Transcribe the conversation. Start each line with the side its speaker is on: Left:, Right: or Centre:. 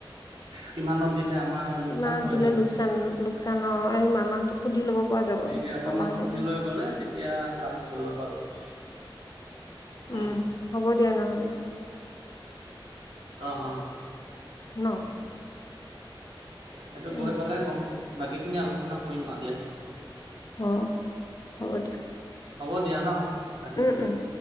Right: কিমানত দিলে আমাৰ লোকচান
Left: ইমান
Right: হয়
Left: দিলে
Right: নেকি
Left: লোকচান লোকচানৰ, এই মামাহতক সুধি লব পৰা যাব,
Right: গতিকে অকণমান
Left: মামাহতকো
Right: সুধি লৈ গ'লে তেতিয়া কামটো কৰিব পৰা যাব।
Left: উম।
Right: অঁ
Left: হ'ব দিয়া নহ'লে
Right: অ', অ'।
Left: ন'
Right: সেইটো
Left: অ
Right: গৈ পালে কম, বাকী খিনি আলোচনা কৰিম আৰু দিয়া
Left: অ', হ'ব দিয়া।
Right: হ'ব দিয়া ন'। ৰাখিছোঁ,
Left: উম উম